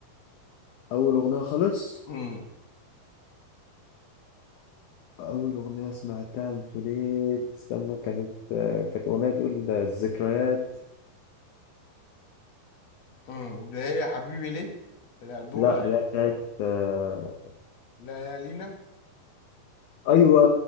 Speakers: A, on the left; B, on the left.
A: اول اغنية خالص
B: امم
A: اول اغنية سمعتها قلت ليه استنى كانت آه، كانت اغنية تقول الذكريات
B: امم ده هي حبيبي ليه في الالبوم
A: لا
B: ده
A: لا بتاعت آه،
B: ليالينا
A: ايوه